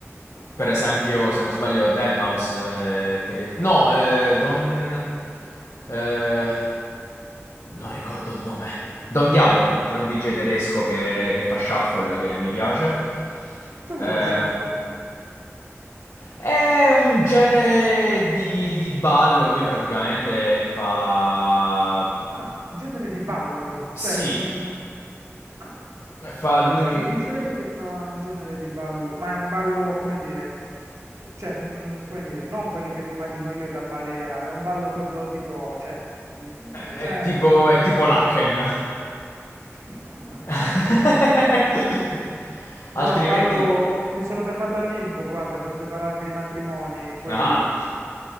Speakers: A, on the left; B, on the right.
A: per esempio, se non sbaglio, Deadmau5. No, eh, Don... eh, Non ricordo il nome. Don Diablo
B: <laughs>
A: è un DJ tedesco che, che fa shuffle che mi piace.
B: Cos'è
A: Eh,
B: lo shuffle?
A: è un genere di, di ballo. Lui praticamente fa.
B: Ah, un genere di ballo,
A: Sì,
B: cioè... mm, ah,
A: fa
B: ok,
A: lui.
B: un DJ che fa un genere di ballo, ma è un ballo, come dire, cioè, mm, come dire, non quelli che mi immagino io da balera, è un ballo proprio tipo, cioè, mm, di- mm, recente.
A: È tipo, è tipo Lacken.
B: <laughs> No, la-
A: <laughs>
B: che- no.
A: Altrimenti.
B: No, ballo, mi sono fermato al limbo, guarda, per prepararmi ai matrimoni, poi...
A: Ah,